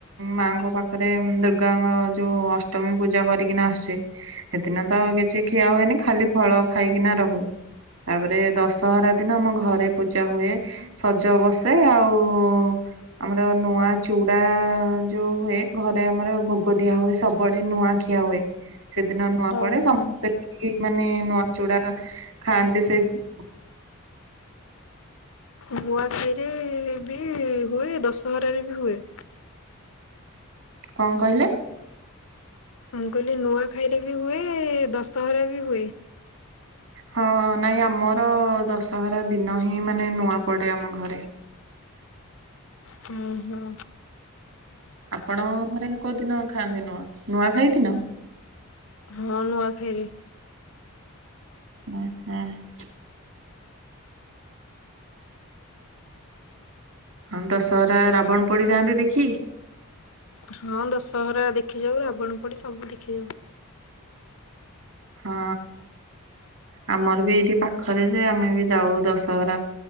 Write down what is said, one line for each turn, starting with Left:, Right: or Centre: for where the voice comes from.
Right: ମାଙ୍କ ପାଖରେ ଦୁର୍ଗାଙ୍କ ଯୋଉ ଅଷ୍ଟମୀ ପୂଜା କରିକିନା ଆସେ ହେ ଦିନ ତ କିଛି ଖିଆ ହୁଏନି ଖାଲି ଫଳ ଖାଇକିନା ରହୁ। ତାପରେ ଦଶହରା ଦିନ ଆମ ଘରେ ପୂଜା ହୁଏ। ସଜ ବସେ ଆଉ ଆମର ନୂଆ ଚୁଡା ଯୋଉ ହୁଏ ଘରେ ଆମର ଭୋଗ ଦିଆ ହୁଏ ସବୁଆଡେ ନୂଆ ଖିଆ ହୁଏ। ସେଦିନ ନୂଆ
Left: ହଁ
Right: ପଡେ ସମସ୍ତେ
Left: ହଁ
Right: ମାନେ ନୂଆ ଚୁଡା ଖାଆନ୍ତି ସେ <inaudible>
Left: ନୂଆ ଖାଇରେ ବି ହୁଏ ଦଶହରାରେ ବି ହୁଏ।
Right: କଣ କହିଲେ
Left: ମୁଁ କହିଲି ନୂଆ ଖାଇରେ ବି ହୁଏ ଦଶହରା ବି ହୁଏ।
Right: ହଁ ନାଇଁ ଆମର ଦଶହରା ଦିନ ହିଁ ମାନେ ନୂଆ ପଡେ ଆମ ଘରେ।
Left: ହୁଁ ହୁଁ।
Right: ଆପଣ ଘରେ କୋଉଦିନ ଖାଆନ୍ତି ନୂଆ ନୂଆ ଖାଇ ଦିନ।
Left: ହଁ ନୂଆଖାଇରେ।
Right: ଆଁ ହାଁ। ହଁ ଦଶହରା ରାବଣ ପଡିଯାଆନ୍ତି ଦେଖି।
Left: ହଁ ଦଶହରା ଦେଖି ଯାଉ ରାବଣ ପଡି ସବୁ ଦେଖି ଯାଉ।
Right: ହଁ ଆମର ବି ଏଇଠି ପାଖରେ ଯେ ଆମେ ବି ଯାଉ ଦଶହରା।